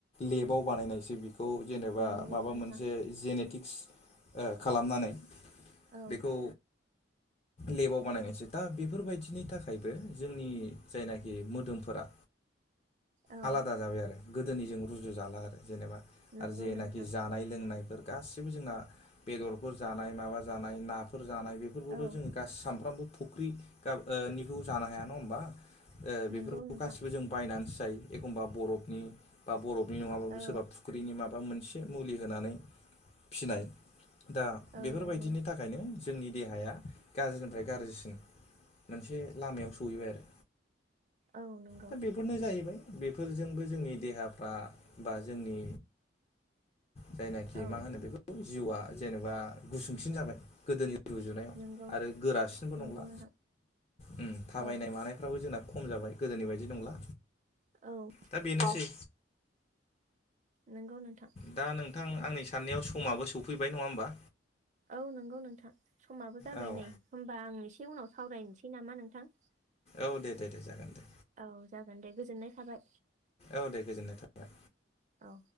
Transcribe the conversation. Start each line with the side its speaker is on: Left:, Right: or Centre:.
Left: लेबाव बानायनायसो बिखौ जेनेबा
Right: नंगौ
Left: माबा
Right: नोंथां
Left: मोनसे जेनेटिक्स ओ खालामनानै
Right: औ
Left: बेखौ लेबाव बानायनायसो। दा बेफोरबायदिनि थाखायबो जोंनि जायनाखि मोदोमफोरा
Right: औ
Left: आलादा जाबाय आरो गोदोनिजों रुजु जाला आरो जेनेबा,
Right: नंगौ
Left: जेनाखि
Right: नोंथां
Left: जानाय लोंनायफोर गासिबो जोंना बेदरफोर जानाय माबा जानाय नाफोर जानाय बेफोरखौथ'
Right: औ
Left: जोङो गा सानफ्रामबो फुख्रि गा ओ निबो जानो हाया नङा होमबा। ओ बेफोरखौ
Right: नंगौ नोंथां
Left: गासिबो जों बायनानैसो जायो एखमबा बरफनि बा बरफनि नङाबाबो
Right: औ
Left: सोरबा फु फुख्रिनि माबा मोनसे मुलि होनानै फिनाय दा
Right: औ
Left: बेफोरबायदिनि
Right: नंगौ
Left: था खायनो जोंनि देहाया गाज्रिनिफ्राय गाज्रिसिन मोनसे लामायाव सौहैबाय आरो।
Right: औ नंगौ।
Left: दा बेफोरनो जाहैबाय, बेफोरजोंबो जोंनि देहाफ्रा बा जोंनि जायनाखि
Right: औ
Left: मा होनो बेखौ जिउआ जेनेबा गुसुंसिन जाबाय गोदोनि रुजुनायाव
Right: नंगौ
Left: आरो गोरासिनबो
Right: नंगौ
Left: नंला
Right: नोंथां
Left: ओम थाबायनाय
Right: औ
Left: मानाय फ्राबो जोंना खम जाबाय गोदोनि बायदि नंला।
Right: औ।
Left: दा बेनोसै।
Right: नोंगौ नोंथां।
Left: दा नोंथां आंनि साननायाव समाबो सौफैबाय नङा होमबा?
Right: औ नंगौ नोंथां समाबो जाबाय
Left: औ
Right: नै, होमबा आं एसे उनाव सावरायनोसै नामा नोंथां?
Left: औ दे। दे दे जागोन दे।
Right: औ जागोन दे, गोजोननाय थाबाय।
Left: औ दे, गोजोननाय थाबाय।
Right: औ।